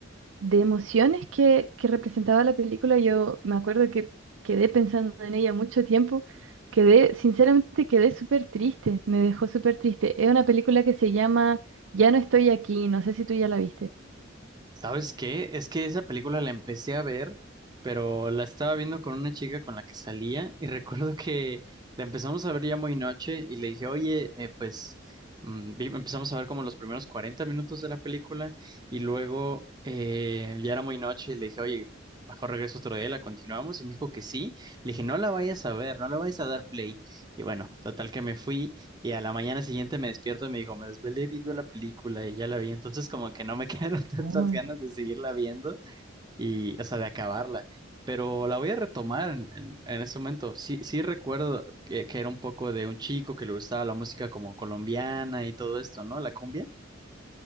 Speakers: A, on the right; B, on the right.
A: de emociones que, que representaba la película, yo me acuerdo que quedé pensando en ella mucho tiempo. Quedé, sinceramente, quedé súper triste, me dejó súper triste. Es una película que se llama Ya no estoy aquí, no sé si tú ya la viste.
B: ¿Sabes qué? Es que esa película la empecé a ver, pero la estaba viendo con una chica con la que salía y <laughs> recuerdo que la empezamos a ver ya muy noche y le dije, oye, eh, pues mm, vi- empezamos a ver como los primeros 40 minutos de la película y luego eh, ya era muy noche y le dije, oye, mejor regreso otro día, la continuamos y me dijo que sí. Le dije, no la vayas a ver, no la vayas a dar play. Y bueno, total que me fui y a la mañana siguiente me despierto y me dijo, me desvelé viendo la película y ya la vi. Entonces como que no me quedaron <laughs> tantas
A: Ah,
B: ganas de seguirla viendo y, o sea, de acabarla. Pero la voy a retomar en, en, en ese momento. Sí, sí recuerdo que, que era un poco de un chico que le gustaba la música como colombiana y todo esto, ¿no? La cumbia.